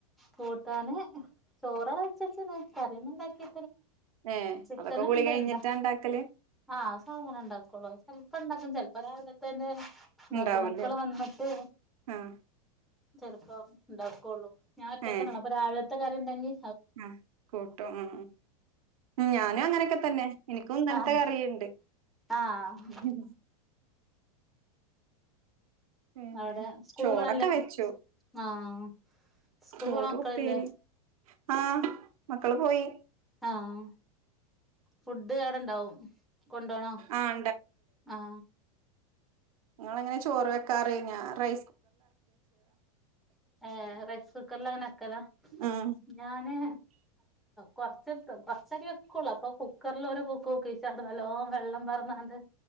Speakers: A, in the centre; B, on the right.
A: കൂട്ടാന് ചോറ വെച്ചച്ചണ് കറിയുന്നു ഇണ്ടാക്കിയ
B: ഏഹ്
A: ചിക്കൻ
B: അതൊക്കെ കുളി
A: എന്താ
B: കഴിഞ്ഞിട്ടാ
A: എന്താ
B: ഇണ്ടാക്കല്?
A: ആഹ് സാധനം ഇണ്ടാക്കള്ളൂ ചെപ്പോ ഇണ്ടാക്കും ചെിലപ്പോ രാവിലത്തെന്നെ എന്താക്ക
B: ഇണ്ടാവൂല്ലേ?
A: മക്കള് വന്നിട്ട്
B: ആഹ്
A: ചെറപ്പ ഉണ്ടാക്കുള്ളൂ ഞാൻ ഒറ്റക്കള്ള
B: ഏഹ്
A: അപ്പൊ രാവിലത്തെ കാര്യം ഉണ്ടെങ്കിൽ
B: ആഹ് കൂട്ടോ ആ ഞാനും അങ്ങനെയൊക്കെ തന്നെ എനിക്കും നല്ലത്തെ
A: ആഹ്
B: കറിയുണ്ട്
A: ആഹ്
B: ഉ പിന്നെ
A: അവിടെ സ്കൂൾ
B: ചോറൊക്കെ
A: പോണല്ലേ
B: വെച്ചു
A: ആഹ് സ്കൂൾ
B: ചോറു
A: പോണ മക്കളില്ലേ
B: ഉപ്പേരി ആഹ മക്കള് പോയി
A: ആഹ ഫുഡ് ടെ ഇണ്ടാവും കൊണ്ടോണോ
B: ആഹ്
A: ആഹ
B: നിങ്ങളങ്ങനെ ചോറ് വെക്കാറ് റൈ
A: ഏ റൈസ് കുക്കർ ല വെക്കല
B: ഉം
A: ഞാന് കൊറച്ച കൊറച്ചടി വെക്കുള്ളു അപ്പൊ കുക്കറൽ ഒരു കൂക്ക കൂക്കിച്ച അത് വലോം വെള്ളം പറഞ്ഞാണ്ട്